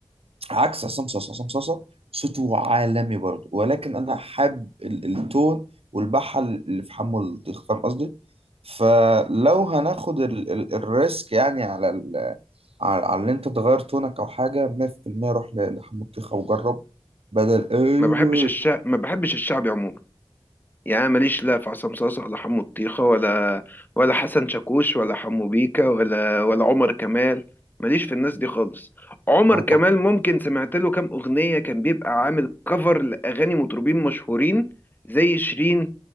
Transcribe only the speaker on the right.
عكس عصام صاصا عصام صاصا صوته عالمي برضه ولكن انا حابب ال- التون والبحه اللي في حمو الطيخ فاهم قصدي فلو هناخد ال ال الريسك يعني على ال على على ان انت تغير تونك او حاجه 100% روح ل- لحمو الطيخ وجرب بدل ايوه
هو
كان-